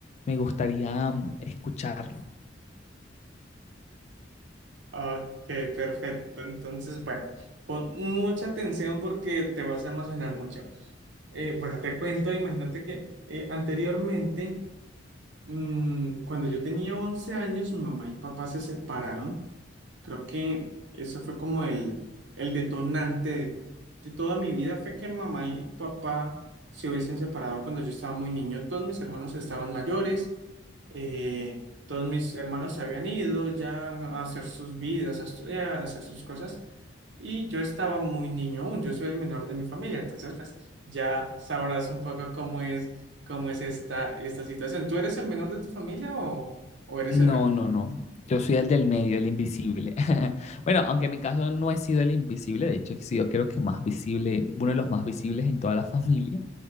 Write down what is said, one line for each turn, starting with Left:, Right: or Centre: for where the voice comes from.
Left: me gustaría mm, escucharlo.
Right: Ok, perfecto. Entonces, bueno, pon mucha atención porque te vas a emocionar mucho. Eh, bueno, te cuento, imagínate que eh, anteriormente, mm, cuando yo tenía 11 años, mamá y papá se separaron. Creo que eso fue como el, el detonante de, de toda mi vida, fue que mamá y papá se hubiesen separado cuando yo estaba muy niño. Todos mis hermanos estaban mayores, eh, todos mis hermanos se habían ido ya a hacer sus vidas, a estudiar, a hacer sus cosas, y yo estaba muy niño aún, yo soy el menor de mi familia, entonces pues ya sabrás un poco cómo es, cómo es esta, esta situación. ¿Tú eres el menor de tu familia o, o eres
Left: No,
Right: el
Left: no, no. Yo soy el del medio, el invisible. <laughs> Bueno, aunque en mi caso no he sido el invisible, de hecho, he sido creo que más visible, uno de los más visibles en toda la <laughs> familia,